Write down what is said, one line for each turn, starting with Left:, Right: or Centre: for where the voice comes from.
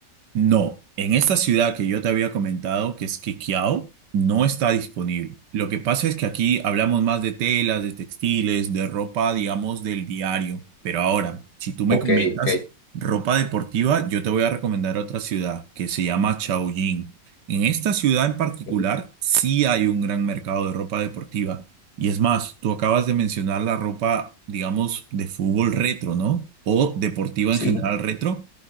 Right: No, en esta ciudad que yo te había comentado, que es Quiqueo, no está disponible. Lo que pasa es que aquí hablamos más de telas, de textiles, de ropa, digamos, del diario. Pero ahora, si tú
Left: Ok,
Right: me comentas
Left: ok.
Right: ropa deportiva, yo te voy a recomendar otra ciudad que se llama Chaoyín. En esta ciudad en particular,
Left: ok.
Right: sí hay un gran mercado de ropa deportiva. Y es más, tú acabas de mencionar la ropa, digamos, de fútbol retro, ¿no? O deportiva
Left: Sí,
Right: en general retro.